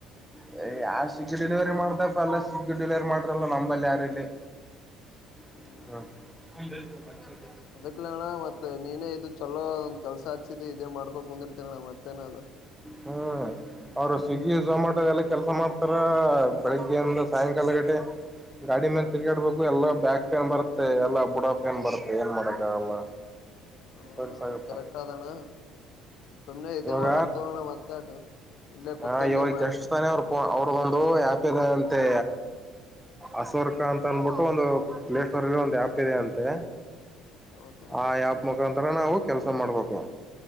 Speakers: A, in the centre; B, on the left.
A: ಯ ಯಾ ಸಿಗ್ಗಿ ಡಿಲಿವರಿ ಮಾಡಪ್ಪ ಅಲ್ಲ ಸಿಗ್ಗಿ ಡಿಲಿವರಿ ಮಾಡ್ರಲ್ಲ ನಂಬಲ್ಲಿ ಯಾರಲ್ಲಿ
B: ಹ್ಮ್
A: ಹ
B: ಅದಕ್ಲ ಅಣ್ಣ ಮತ್ತೆ ನೀನೇ ಇದು ಚಲೋ ಒಂದ ಕೆಲ್ಸ ಹಚ್ಚಿದ ಇದೇ ಮಾಡ್ಕೋತ ಕುಂದಿರ್ತನಣ್ಣ ಮತ್ತೇನ ಅದು
A: ಹ್ಮ್ ಅವ್ರು ಸ್ವಿಗ್ಗಿ ಝೊಮಾಟೊ
B: ಹ್ಮ್
A: ಎಲ್ಲ ಕೆಲಸ ಮಾಡ್ತಾರೆ ಬೆಳಿಗ್ಗೆ ಅಂದ ಸಾಯಂಕಾಲ ಗಟಡೆ ಗಾಡಿ ಮೇಲೆ ತಿರುಗಾಡ್ಬೇಕು ಎಲ್ಲಾ ಬ್ಯಾಗ ಫ್ಯಾನ್ ಬರ್ತ್ತೆ ಎಲ್ಲ ಬುಡ ಫ್ಯಾನ್ ಬರ್ತ್ತೆ ಏನ್ ಮಾಡಕಲ್ಲ
B: ಹೌದಣ್ಣ
A: ಬಸ
B: ಹೌದು
A: ಪ್ಪ
B: ಕರೆಕ್ಟ್ ಆದಣ್ಣ ಸುಮ್ನೆ ಇದೇ
A: ಇವಾಗ
B: ಮಾಡಮ್ ತಗೋಣ ಮತ್ತ್ಯಾಕ ಇಲ್ಲೇ
A: ಹ
B: ಕುತ್ತಲ್ಲೇ
A: ಇವಾಗ ಜಷ್ಟ ತಾನೆ ಅವ್ರು ಅವರು ಒಂದು ಯಪ ಅಂತೆ ಅಸರ್ಕ ಅಂತ ಅನ್ಬಿಟ್ಟು ಒಂದು ಪ್ಲೇ ಸ್ಟೋರ್ ಅಲ್ಲಿ ಒಂದು ಆಪ್ ಇದೆ ಅಂತೆ
B: ಹೌದು
A: ಆ ಆ್ಯಪ್ ಮುಖಾಂತ ತರ ನಾವು ಕೆಲ್ಸ ಮಾಡ್ಬೇಕು